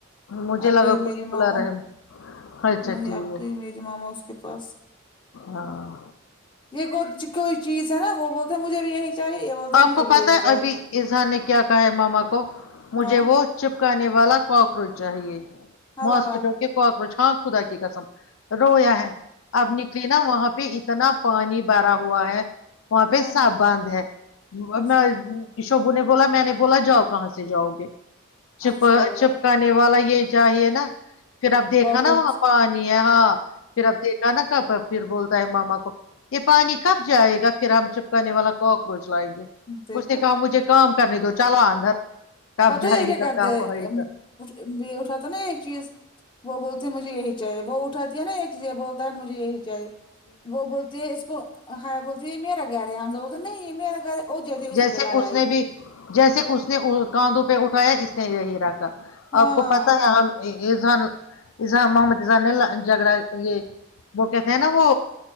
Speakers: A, on the left; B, on the left.
A: مجھے
B: اب
A: لگا
B: گئی
A: کوئی
B: میری
A: بلا
B: ماما
A: رہا ہے اچھا
B: نہیں
A: ٹھیک
B: اب
A: ہے
B: گئی میری ماما اس کے پاس
A: ہاں
B: یہ کو کوئی چیز ہے وہ بولتے مجھے بھی یہی چاہیے یہ بولتے ہیں
A: آپ
B: مجھے
A: کو
B: بھی
A: پتا
B: یہی
A: ہے
B: چاہیے
A: ابھی ازحان نے کیا کہا ہے ماما کو مجھے
B: ہاں
A: وہ چپکانے والا کاکروچ چاہیے
B: ہلا
A: ماسکیٹو کے کاکروچ ہاں خدا کی قسم رویا ہے اب نکلی نا وہاں پہ اتنا پانی بھرا ہوا ہے وہاں پہ
B: ہاں
A: سب باند ہے میں
B: اچھا
A: شبو نے بولا میں نے بولا جاؤ کہاں سے جاؤ گے چپ
B: اچھا بولا
A: چپکانے والا یہ چاہیے نا پھر اب دیکھا
B: کاکروچ
A: نا وہاں پانی ہے ہاں پھر اب دیکھ نا کب پھر بولتا ہے ماما کو یہ پانی کب جائے گا پھر ہم چپکانے والا کوک رج لینگے
B: دیکھا
A: اس نے کہا مجھے کام کرنے دو چلاو اندر کب
B: پتا
A: جائے
B: ہے یہ کیا
A: گا
B: کرتے
A: کب
B: ہے
A: آئے
B: ا
A: گا
B: یہ اٹھاتا نا یہ چیز وہ بولتی مجھے یہی چاہیے وہ اٹھاتی ہے نا چیزے بولتا ہے مجھے یہی چاہیے وہ بولتی ہے وہ ہ بولتی ہے یہ میرا گھر ہے ہم سب بولتے نہیں یہ میرا گھر ہو جاتی اسی
A: جیسے
B: پہ لڑائی
A: اس نے بھی جیسے اس نے کاندوں پہ اٹھایا اس نے یہی رکھا
B: ہاں
A: آپ کو پتا ہے ہم اسان محمد اسان نے جگڑا یہ وہ کہتے ہیں نا وہ